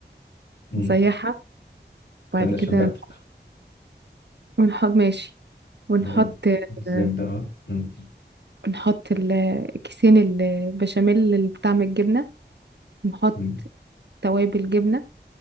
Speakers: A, on the left; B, on the right.
A: مم.
B: نسيحها وبعد
A: استنى عشان
B: كده
A: بكتب
B: نح- ونحط ماشي ونحط
A: مم. الزبدة
B: آه،
A: اهو مم.
B: نحط ال- كيسين البشاميل اللي بطعم الجبنة ونحط
A: مم.
B: توابل جبنة